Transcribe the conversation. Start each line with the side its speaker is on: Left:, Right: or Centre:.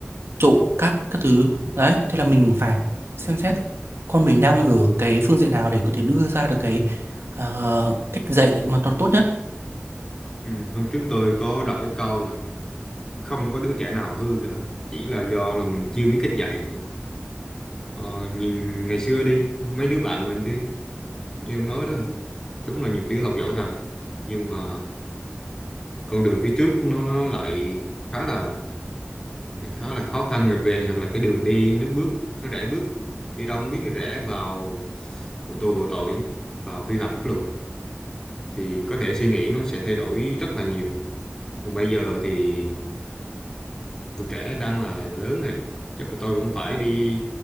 Right: trộm cắp các thứ đấy thế là mình phải xem xét con mình đang ở cái phương diện nào để có thể đưa ra được cái ờ, cách dạy mà nó tốt nhất
Left: Ừ, hôm trước tôi có đọc cái câu là không có đứa trẻ nào hư cả, chỉ là do là mình chưa biết cách dạy. Ờ, nhìn ngày xưa đi, mấy đứa bạn mình đi, như em nói đó, đúng là nhiều đứa học giỏi thật, nhưng mà con đường phía trước nó nó nó lại khá là khá là khó khăn gập ghềnh hoặc là cái đường đi nước bước nó rẽ bước đi đâu không biết rẽ vào vào tù vào tội vào vi phạm pháp luật thì có thể suy nghĩ nó sẽ thay đổi rất là nhiều còn bây giờ thì tụi trẻ đang là, là lớn này chắc là tôi cũng phải đi